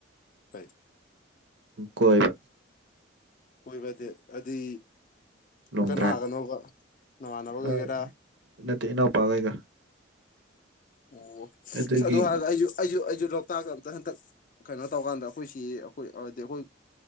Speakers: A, on the left; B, on the right.
A: <unintelligible>
B: ꯀꯣꯏꯕ
A: ꯀꯣꯏꯕꯗꯤ ꯑꯗꯤ
B: ꯂꯣꯡ
A: ꯀꯅꯥꯒꯅꯣꯕ
B: ꯗ꯭ꯔꯥꯏꯚ
A: ꯅꯃꯥꯟꯅꯕ ꯀꯩꯀꯦꯔꯥ
B: ꯑꯥ ꯅꯠꯇꯦ ꯏꯅꯥꯎꯄꯥꯒꯩꯒ
A: ꯑꯣ
B: ꯑꯗꯨꯒꯤ
A: ꯑꯁ ꯑꯗꯨ ꯍꯥꯏꯔ ꯑꯩꯁꯨ ꯑꯩꯁꯨ ꯑꯩꯁꯨ ꯂꯣꯛꯇꯥꯛ ꯑꯝꯇ ꯍꯟꯇꯛ ꯀꯩꯅꯣ ꯇꯧꯀꯥꯟꯗ ꯑꯩꯈꯣꯏꯁꯤ ꯑꯩꯈꯣꯏ ꯍꯥꯏꯗꯤ ꯑꯩꯈꯣꯏ